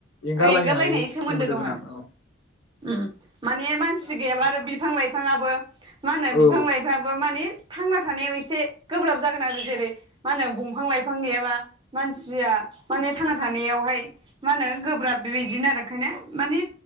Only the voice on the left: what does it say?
एंगारलायनो
गोनां
औ
औ